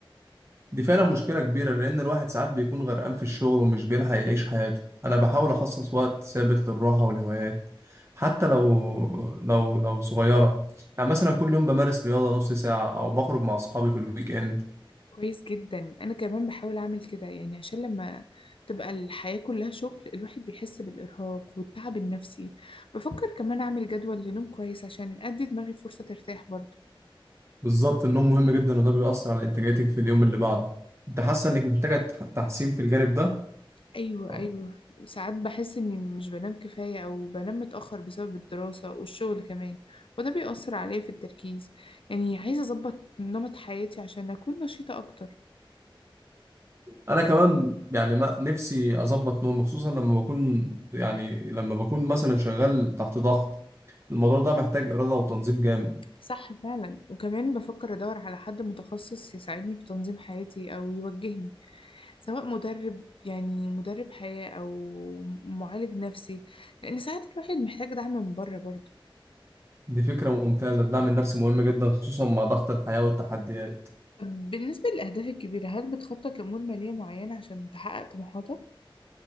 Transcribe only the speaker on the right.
دي فعلا مشكلة كبيرة لأن الواحد ساعات بيكون غرقان في الشغل ومش بيلحق يعيش حياته أنا بحاول أخصص وقت ثابت للراحة والهوايات حتى لو لو لو صغيرة يعني مثلا كل يوم بمارس رياضة نص ساعة أو بخرج مع أصحابي في الويك إند
بالظبط النوم مهم جدا وده بيأثر على إنتاجيتك في اليوم اللي بعده أنت حاسة إنك محتاجة تح- تحسين في الجانب ده؟
طبعاً.
أنا كمان يعني ما نفسي أظبط نومي خصوصا لما بكون يعني لما بكون مثلا شغال تحت ضغط الموضوع ده محتاج إرادة وتنظيم جامد
دي فكرة ممتازة الدعم النفسي مهم جدا خصوصا مع ضغط الحياة والتحديات